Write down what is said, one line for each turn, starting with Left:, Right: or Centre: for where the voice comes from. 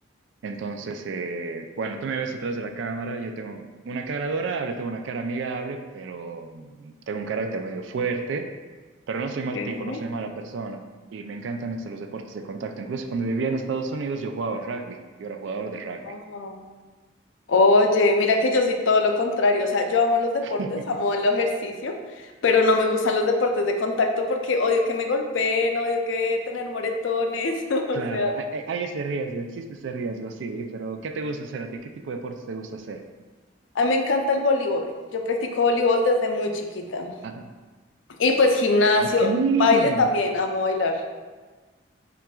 Right: Entonces, eh, bueno, tú me ves atrás de la cámara, yo tengo una cara adorable, tengo una cara amigable, pero mm, tengo un carácter medio fuerte, pero no soy mal
Left: ¿Qué?
Right: tipo, no soy mala persona. Y me encantan hasta los deportes de contacto. Incluso cuando vivía en Estados Unidos, yo jugaba rugby, yo era jugador de rugby.
Left: Wow. Oye, mira que yo soy todo lo contrario. O sea, yo amo los deportes,
Right: <laughs>
Left: amo el ejercicio, pero no me gustan los deportes de contacto porque odio que me golpeen, odio que tener moretones. <laughs>
Right: Claro,
Left: O sea,
Right: hay, hay- hay ese riesgo, existe ese riesgo, sí, pero ¿qué te gusta hacer a ti? ¿Qué tipo de deportes te gusta hacer?
Left: a mí me encanta el voleibol. Yo practico voleibol desde muy chiquita.
Right: Ah.
Left: Y pues gimnasio,
Right: Ah, qué lindo.
Left: baile también, amo bailar.